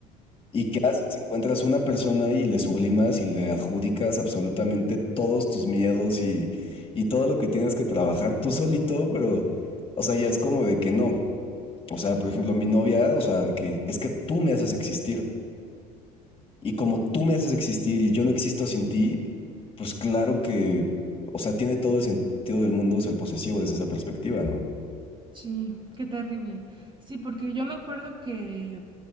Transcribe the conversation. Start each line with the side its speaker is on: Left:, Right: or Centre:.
Left: ¿Y qué haces? Encuentras una persona y le sublimas y le adjudicas absolutamente todos tus miedos y, y todo lo que tienes que trabajar tú solito, pero, o sea, ya es como de que no. O sea, por ejemplo, mi novia, o sea, de que es que tú me haces existir. Y como tú me haces existir y yo no existo sin ti, pues claro que, o sea, tiene todo el sentido del mundo ser posesivo desde esa perspectiva, ¿no?
Right: Sí, qué terrible. Sí, porque yo me acuerdo que,